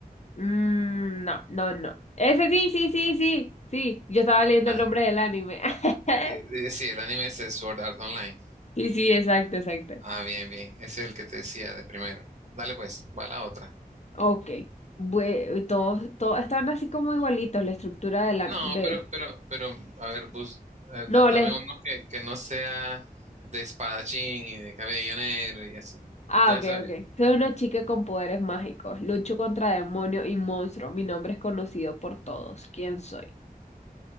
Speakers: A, on the left; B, on the right.
A: Mm, no, no, no. Ese sí, sí, sí, sí, sí. Yo estaba leyendo
B: Ah,
A: el nombre del anime. <laughs>
B: di- di- sí, el anime es el Sword Art Online.
A: Sí, sí, exacto, exacto.
B: Ah, bien, bien. Ese es el que te decía de primero. Dale pues, va la otra.
A: Ok. Bue- todos, todos están así como igualitos, la estructura de la...
B: No,
A: De...
B: pero, pero, pero, a ver, bus, eh,
A: No,
B: da- dame
A: la,
B: uno que, que no sea de espadachín y de cabello negro y así.
A: Ah,
B: Ya
A: ok,
B: sabes.
A: ok. Soy una chica con poderes mágicos. Lucho contra demonios y monstruos. Mi nombre es conocido por todos. ¿Quién soy?